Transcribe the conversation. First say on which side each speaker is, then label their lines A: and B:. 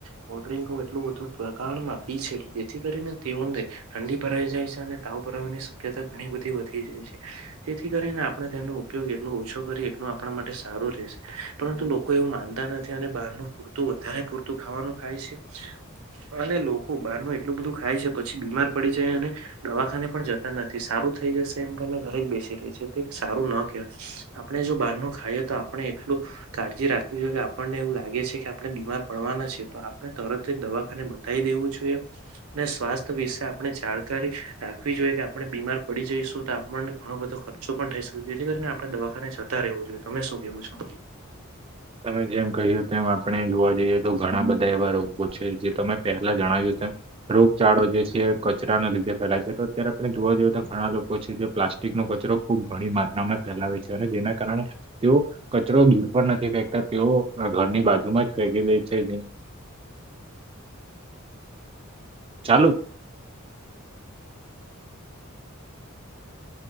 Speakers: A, on the right (about 80°); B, on the right (about 25°).
A: કોલ્ ડ્રિંકો એટલું બુ પ્રકાણમાં પી છે, જેથી કરીને તેઓ ને ઠંડી ભરાઈ જાય છે અને તાવ ભરાવાની શક્યતા ઘણી બધી વધી જાય છે. જેથી કરીને આપડે તેનો ઉપયોગ એટલો ઓછો કરીએ એટલું આપણા માટે સારું રહેશે. પરંતુ લોકો એવું માનતા નથી અને બહાર નનું પૂરતું વધારે પૂરતું ખાવાનું ખાય છે અને લોકો બહારનું એટલું બધું ખાય છે પછી બીમાર પડી જાય અને દવાખાને પણ જતા નથી સારું થઈ જશે એમ તને ઘરે જ બેસી રહી છે, તે સારું ન કહેવાય. આપણે જો બહારનું ખાઈએ તો આપણે એટલું કાળજી રાખવી જોઈએ કે આપણને એવું લાગે છે કે આપણે બીમાર પડવાના છે, તો આપણે તરત જ દવાખાને બત કઈ દેવું જોઈએ અને સ્વાસ્થ્ય વિશે આપણે જાણ <unintelligible> રાખવી જોઈએ કે આપડે બીમાર પડી જઈશું તો આપણને ઘણો બધો ખર્ચો પણ થઈ શકે જેથી કરીને આપડે દવાખાને જતા રહેવું જોઈએ, તમે શું કેવું છો?
B: તમે જેમ કહ્યું તેમ આપણે જોવા જઈએ તો ઘણા બધા એવા રોગો છે જે તમે પહેલા જણાવ્યું તેમ રોગચાળો જે છે કચરાના લીધે ફેલાય છે, તો અત્યારે આપણે જોવા જઈએ તો ઘણા લોકો છે જે પ્લાસ્ટ ટીકનો કચરો ખૂબ ઘણી માત્રામાં ફેલાવે છે અને જેના કારણે તેઓ કચરો દૂર પણ નથી ફેંક તેઓ ઘરની બાજુમાં જ ફેકી દે છે, જેમ ચાલુ